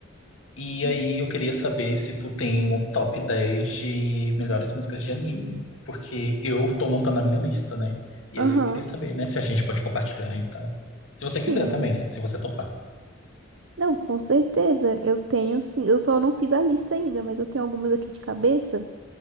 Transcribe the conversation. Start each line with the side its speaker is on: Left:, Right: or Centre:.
Left: E
Right: uhum.
Left: aí, eu queria saber se tu tem um top 10 de melhores músicas de anime. Porque eu tô montando a minha lista, né? E aí,
Right: Aham,
Left: eu queria saber, né, se a gente pode compartilhar e tal. Se você
Right: sim.
Left: quiser também, né, se você topar.
Right: Não, com certeza. Eu tenho, sim. Eu só não fiz a lista ainda, mas eu tenho algumas aqui de cabeça.